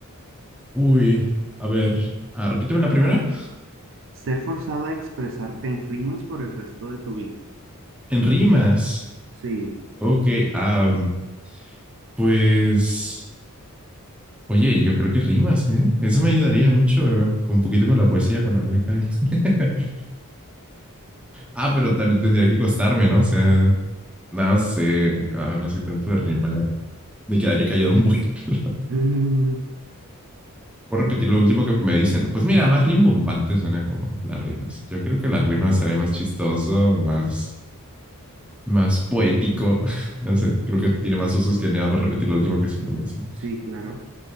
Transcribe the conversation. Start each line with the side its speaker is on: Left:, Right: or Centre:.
Centre: Uy, a ver, ah, repíteme la primera.
Right: Ser forzado a expresarte en rimas por el resto de tu vida.
Centre: En rimas.
Right: Sí.
Centre: Ok, am, pues, oye, yo creo que rimas, ¿eh? Eso me ayudaría mucho, eh, con un poquito con la poesía cuando no le cae. <laughs> Ah, pero también tendría que costarme, ¿no? O sea, no sé, ah, no soy tanto de rimar. Me quedaría callado un buen. <laughs>
Right: <laughs>
Centre: Voy a repetir lo último que me dicen. Pues mira, más rimbombante suena como las rimas. Yo creo que las rimas sería más chistoso, más, más poético. <laughs> No sé, creo que tiene más usos que nada más repetir lo último que siempre me dicen.
Right: Sí, claro.